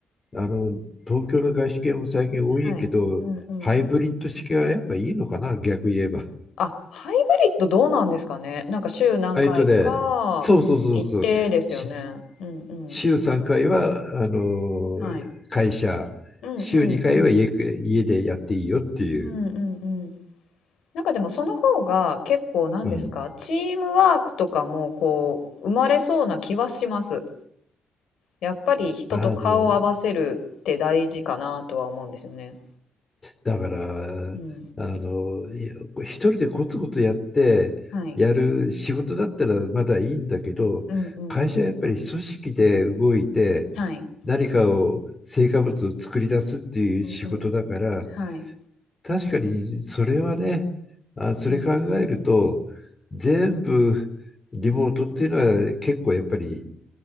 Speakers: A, on the left; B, on the left.
A: あの、東京の外資系も最近多いけど、
B: はい。うんうんうん。
A: ハイブリッド式はやっぱいいのかな、逆言えば。
B: あ、ハイブリッドどうなんですかね。なんか週何回か行ってですよね。
A: あえとね、そうそうそうそう。し
B: うんうん。
A: 週3回は、あの、
B: はい。
A: 会社、
B: うんうんうん。
A: 週2回は家、家でやっていいよっていう。
B: うんうんうん。なんかでもその方が結構なんですか、
A: うん。
B: チームワークとかもこう生まれそうな気はします。やっぱり人と顔を合わせるって大事かなとは思うんですよね。
A: あの、だから、
B: うん。
A: あの、いや一人でコツコツやって、
B: はい。
A: やる仕事だったらまだいいんだけど、
B: うんうんうん。
A: 会社はやっぱり組織で動いて、
B: はい。
A: 何かを、成果物を作り出すっていう仕事だから、
B: うんうん。はい。
A: 確かにそれはね、あ、それ考えると、
B: うんうんうん
A: 全部リモートっていうのは結構やっぱり